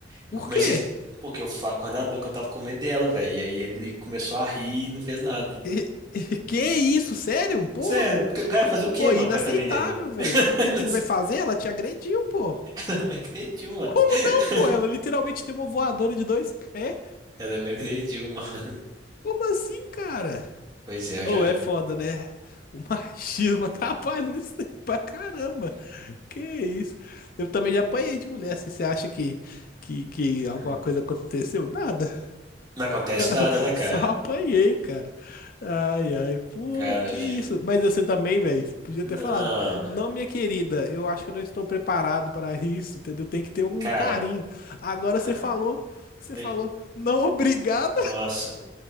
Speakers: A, on the left; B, on the right.
A: por
B: Eu comecei,
A: quê? <laughs>
B: porque eu falar com o coordenador que eu tava com medo dela, velho. E aí ele começou a rir e não fez nada.
A: E- e- Que isso, sério? Pô,
B: Sério, porque o cara ia fazer o quê,
A: pô,
B: mano,
A: inaceitável,
B: com essa menina?
A: véi.
B: <laughs>
A: O que
B: Não
A: que
B: sei,
A: ele vai fazer? Ela te agrediu, pô.
B: Ela me agrediu, mano.
A: Como
B: <laughs>
A: não, pô? Ela literalmente deu uma voadora de dois pés.
B: Ela me agrediu, mano.
A: Como assim, cara?
B: Pois é, eu
A: Ou
B: já.
A: é foda, né? O machismo <laughs> atrapalha nisso aí pra caramba. Que isso? Eu também já apanhei de mulher, assim, você acha que, que, que alguma
B: Hum.
A: coisa aconteceu? Nada,
B: Não acontece nada,
A: <laughs>
B: né, cara?
A: só apanhei, cara. Ai, ai, pô,
B: Cara,
A: que
B: eu já-
A: isso? Mas você também, velho, podia
B: não,
A: ter falado.
B: não.
A: Não, minha querida, eu acho que eu não estou preparado para isso, entendeu? Tem que ter um
B: cara,
A: carinho. Agora
B: ah,
A: você falou, você
B: eu-
A: falou, não, obrigado.
B: nossa.